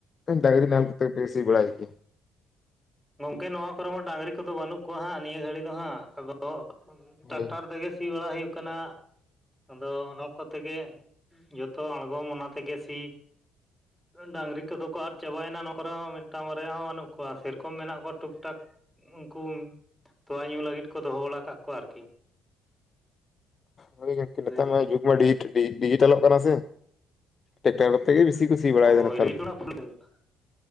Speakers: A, on the left; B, in the centre.
A: ᱰᱟᱝᱨᱤ ᱱᱟᱦᱮᱞ ᱠᱚᱛᱮ ᱯᱮ ᱥᱤ ᱵᱟᱲᱟᱭ <unintelligible>
B: ᱜᱚᱝᱠᱮ ᱱᱚᱣᱟ ᱠᱚᱨᱮ ᱢᱟ ᱰᱟᱝᱨᱤ ᱠᱚᱫᱚ ᱵᱟᱹᱱᱩᱜ ᱠᱚᱣᱟ ᱦᱟᱸᱜ ᱱᱤᱭᱟᱹ ᱜᱷᱟᱹᱲᱤᱡ ᱫᱚ ᱦᱟᱸᱜ ᱟᱫᱚ ᱛᱚ ᱴᱟᱠᱴᱟᱨ
A: ᱦᱳᱭ
B: ᱛᱮᱜᱮ ᱥᱤ ᱵᱟᱲᱟ ᱦᱩᱭᱩᱜ ᱠᱟᱱᱟ ᱟᱫᱚ ᱚᱱᱟ ᱠᱚ ᱛᱮᱜᱮ ᱡᱚᱛᱚ ᱟᱬᱜᱚᱢ ᱚᱱᱟ ᱛᱮᱜᱮ ᱥᱤ ᱰᱟᱹᱝᱨᱤ ᱠᱚᱫᱚ ᱠᱚ ᱟᱫ ᱪᱟᱵᱟᱭᱮᱱᱟ ᱱᱚ ᱠᱚᱨᱮ ᱦᱚᱸ ᱢᱤᱫᱴᱟᱝ ᱵᱟᱨᱭᱟ ᱦᱚᱸ ᱵᱟᱹᱱᱩᱜ ᱠᱚᱣᱟ ᱥᱮᱨᱯ ᱠᱚ ᱢᱮᱱᱟᱜ ᱠᱚᱣᱟ ᱴᱩᱠ ᱴᱟᱠ ᱩᱱᱠᱩ ᱛᱳᱣᱟ ᱧᱩ ᱞᱟᱹᱜᱤᱫ ᱠᱚ ᱫᱚᱦᱚ ᱵᱟᱲᱟ ᱟᱠᱟᱫ ᱠᱚᱣᱟ ᱟᱨᱠᱤ <inaudible>
A: ᱦᱳᱭ ᱜᱚᱢᱠᱮ
B: ᱜᱟᱹᱭ
A: ᱱᱮᱛᱟᱨ
B: ᱠᱚ
A: ᱢᱟ ᱡᱩᱜᱽ ᱢᱟ <unintelligible> ᱰᱤᱡᱤᱴᱟᱞᱚᱜ ᱠᱟᱱᱟ ᱥᱮ ᱴᱟᱠᱴᱟᱨ ᱛᱮ ᱜᱮ ᱵᱤᱥᱤ ᱠᱩ ᱥᱤ ᱵᱟᱲᱟᱭᱮᱫᱟ
B: ᱦᱳᱭ
A: ᱱᱮᱛᱟᱨ ᱫᱚ
B: <unintelligible>